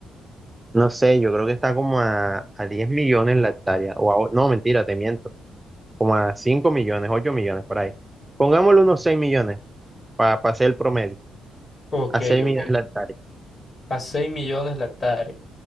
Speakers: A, on the right; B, on the left.
A: no sé, yo creo que está como a, a 10 millones la hectárea, o a o- no, mentira, te miento, como a 5 millones, 8 millones por ahí. Pongámosle
B: Ujú.
A: unos 6 millones para hacer el promedio.
B: Ok,
A: A seis millas
B: ok.
A: hectáreas
B: A 6 millones la hectárea.